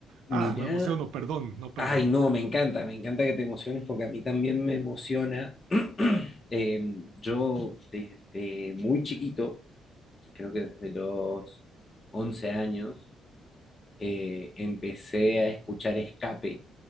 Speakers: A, on the left (about 30°); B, on the right (about 80°).
A: Mira,
B: Ah, me emociono, perdón, no perdón.
A: ay, no, me encanta, me encanta que te emociones porque a mí también me emociona. <clears throat> Eh, yo desde muy chiquito, creo que desde los 11 años, eh, empecé a escuchar Escape